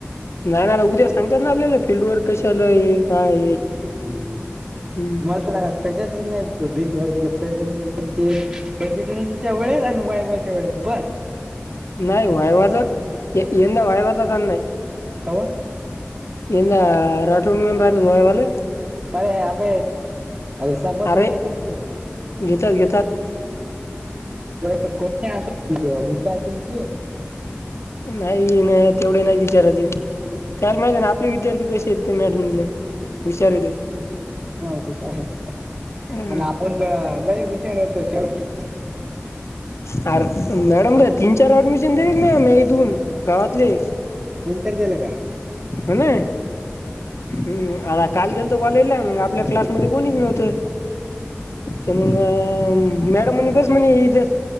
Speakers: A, on the left (about 85°); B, on the right (about 40°).
A: नाही नाला उद्या सांगतात ना आपल्याला फिल््डवरर कश आलंय काय.
B: हम्म!
A: हम्म
B: मला तर लाग कशाच नाही भीती बघत प्रेझेंटेशन के प्रेझिटसीच्या वेळेस आणि वायबाच्या वेळेस बस. <inaudible>
A: नाही वायवाच यंद वायवाचा जा नाही
B: कावा.
A: यंद राठोड मे बहता दुयवाला.
B: अे अ अ सपत
A: अरे
B: साठी आहे.
A: घेतात घेतात
B: स कोणी विच के
A: नाही नाही तेवढे नाही तिचाराचे त्याला माहित आहे ना आपले विद्यार्थी कसे आहेत ते मॅटले. हुषार आहे.
B: ह हुशार
A: ह
B: आणि आपण तर लईव हुशार होतो शेवटी.
A: मॅडम र तीन चार अऍडमिशन दिर नाही म ून गावातले.
B: तीन चार दिले का?
A: हो ना हम्म आ काल गेल तो कॉला आपल्या क्लासमध्येध्ये कोणी निघ न होत. तर मग मॅडम म्हणे बस म्हणे याच